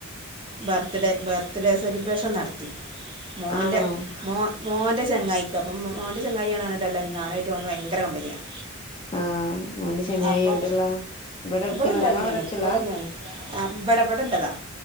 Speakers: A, on the right; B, on the left.
A: ബർത്ത്ഡേ ബർത്ത്ഡേ സെലിബ്രേഷൻ നടത്തി മോന്റെ
B: ആണോ
A: മോ മോന്റെ ചങ്ങായിക്ക് അപ്പം മോന്റെ ചങ്ങായിയാണ് <unintelligible> ഞാനുവായിട്ട് ഓന് ഭയങ്കര കമ്പനിയാണ്
B: ആഹ് മോന്റെ ചങ്ങായി
A: അപ്പം
B: എവിടെള്ളാ ഇവിടെ അടുത്തുള്ള
A: ഇവിടെല്ലന്നെയാണ്
B: ഞങ്ങളെ ഇവിടെ അടുത്തുള്ളാ
A: ഇവിടെന്നെയാണ് ആ ഇവിടെ ഇവിടെള്ളതാ